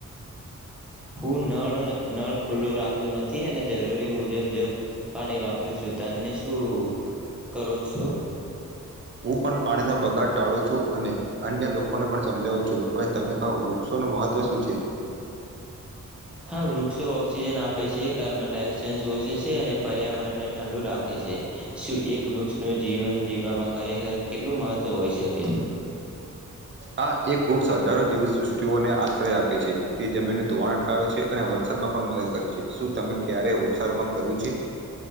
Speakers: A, in the centre; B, on the right (about 40°).
A: હું નળ નળ ખુલ્લો રાખતો નથી અને જરૂરી મુજબ જ પાણી વાપ પરું છું તને શું કરો છો?
B: હું પણ પાણીનો બગાડ ટાળું છું અને અન્ય લોકો ને પણ સમજાવું છુ હવે તમે કહો બુક્સો નું મહત્વ શું છે
A: હા, વૃક્ષો ઓક્સિજન આપે છે કાર્બન ડાયોક્સાઇડ શ આપે છે અને પર્યાવરણ ને ઠંડુ રાખે છે શું એક વૃક્ષનું જીવન જીવવામાં ખરેખર કેટલું મહત્ત્વ હોઈ શકે
B: આા એક વૃક્ષ હજારો જીવ સૃષ્ટિઓને આશ્રય આપે છે તે જમીન ધોવાણ અટકાવે છે અને વરસાદમાં પણ મદદ કરે છે શું તમે ક્યારે વૃક્ષારોપણ કર્યું છે?